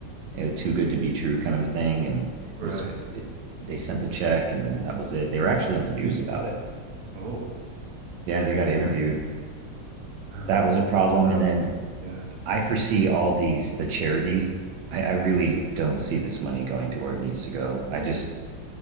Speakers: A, on the right; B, on the right.
A: it, was too good to be true kind of a thing. And it
B: right.
A: was, it, they sent the check and then that was it. They were actually on the news about it.
B: Oh,
A: Yeah, they got interviewed
B: man. Oh,
A: that
B: that's
A: was a problem.
B: that's rough.
A: And then
B: Yeah.
A: I foresee all these the charity. I, I really don't see this money going to where it needs to go. I just